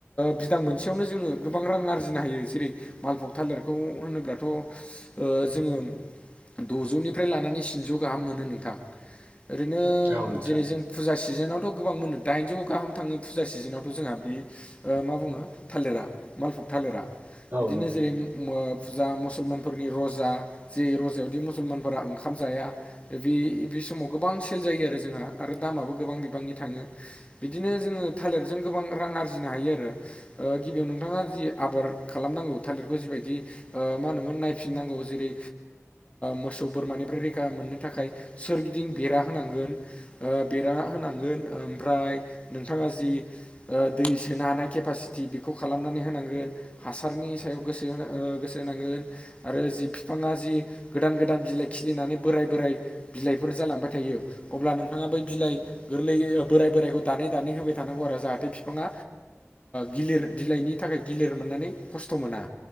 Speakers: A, on the left; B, on the right.
A: बिदां मोनसेयावनो जोङो गोबां रां आरजिनो हायो जेरै थालिरखौ होनोब्लाथ ओ जोङो दजौनिफ्राय लानानै गाहाम मोनो नोंथां ओरैनो
B: नोंथां औ नोंथां
A: जेरै फुजा सिजोनावथ' गोबां मोनो दाइनजौ गाहाम थाङो फुजा सिजोनावथ' जोंहा बे मा बुङो थालिरा मालफुग थालिरा
B: औ
A: बिदिनो
B: नोंथां
A: जेरै फुजा मुसलमानफोरनि रजा। जे रजायावदि मुसलमानफोरा ओंखाम जाया। बे बे समाव गोबां सेल जायो आरो जोंहा आरो दामाबो गोबां बि गोबांनि थाङो बिदिनो जोङो थालिरजों गोबां रां आरजिनो हायो आरो गिबियाव नोंथाङा जि आबाद खालामनांगौ थालिरखौ जिबायदि ओ मा होनोमोन नायनांगौ जेरै मोसौ बोरमानिफ्राय रैखामोनो थाखाय सोरगिदिं बेरा होनांगोन ओ बेरा होनांगोन ओमफ्राय नोंथाङा ओ जि दै सोनो हानाय केपासिति बेखौ खालामनानै होनांगोन हासारनि सायावसो गोसोनांगोन आरो जि बिफाङा जि गोदान गोदान बिलाइ खिलिनानै बोराय बोराय बिलाइफोर जालांबाय थायो अब्ला नोंथाङा बै बिलाइ गोरलै बोराय बोरायखौ दानै दानै होबाय थायो। थानांगौ आरो जाहाथे बिफाङा गिलिर बिलाइनि थाखाय गिलिर मोननानै खस्थ' मोना।